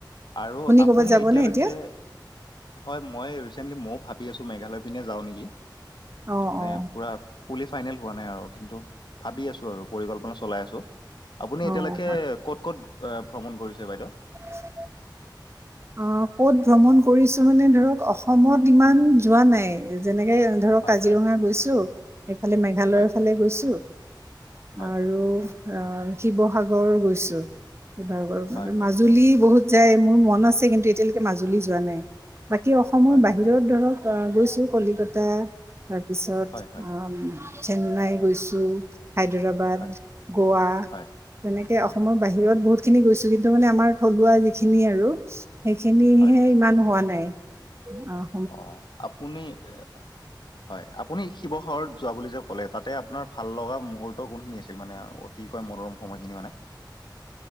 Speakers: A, on the left; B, on the right.
A: আৰু আপুনি
B: ক'বাত যাবনে
A: এতিয়ালৈকে-
B: এতিয়া
A: হয়, মই ৰিচেণ্টলি ময়ো ভাবি আছো মেঘালয় পিনে যাওঁ নেকি।
B: অ
A: ত' মানে
B: অ
A: পুৰা ফুলি ফাইনেল হোৱা নাই আৰু কিন্তু- ভাবি আছোঁ আৰু পৰিকল্পনা চলাই আছোঁ, আপুনি এতিয়ালৈকে
B: অ হয়।
A: ক'ত ক'ত ভ্ৰমণ কৰিছে বাইদেউ?
B: <unintelligible> অঁ' ক'ত ভ্ৰমণ কৰিছো মানে ধৰক অসমত ইমান যোৱা নাই। যেনেকে- ধৰক
A: হয়
B: কাজিৰঙা
A: হয়
B: গৈছোঁ- এইফালে মেঘালয়ৰ
A: হয়
B: ফালে গৈছোঁ
A: হয়
B: আৰু- ৰ, শিৱসাগৰ গৈছোঁ, শিৱসাগৰ
A: হয়
B: মানে
A: হয়
B: মাজুলী বহুত যায় মোৰ মন আছে- কিন্তু এতিয়ালৈকে মাজুলী যোৱা নাই। বাকী অসমৰ
A: হয় হয়
B: বাহিৰত ধৰক অঁ' গৈছোঁ কলিকতা- তাৰপিছত
A: হয় হয়
B: আহ' চেন্নাই গৈছোঁ- হায়দৰাবাদ,
A: হয়,
B: গোৱা-
A: হয়,
B: তেনেকে
A: হয়,
B: অসমৰ বাহিৰত বহুতখিনি গৈছোঁ কিন্তু মানে আমাৰ থলুৱা যিখিনি আৰু- সেইখিনিহে
A: হয়,
B: ইমান হোৱা নাই, অঁ'।
A: অঁ' আপুনি- হয়। আপুনি শিৱসাগৰত যোৱা বুলি যে ক'লে তাতে আপোনাৰ ভাল লগা মুহূৰ্ত কোনখিনি আছিল মানে- অতিকৈ মনোৰম সময়খিনি মানে?